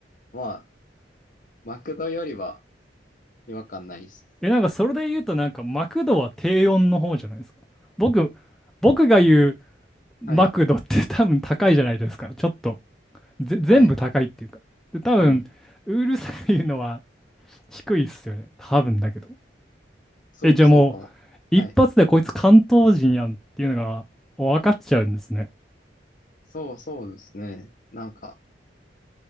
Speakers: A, on the left; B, in the centre.
A: まあ、マクドよりは違和感ないですね。
B: え、なんかそれで言うと、なんかマクドは低温の方じゃないですか。僕、僕が言うマクドって
A: はい、
B: <laughs> 多分高いじゃないですか。ちょっと、ぜ、全部高いっていうか。
A: はい、
B: で、多分、
A: うん。
B: ウールさんが言うのは低いっすよね。多分だけど。
A: そう、
B: え、じゃあも
A: そうかも。はい。
B: う、一発でこいつ関東人やんっていうのが分かっちゃうんですね。
A: そう、そうですね。なんか、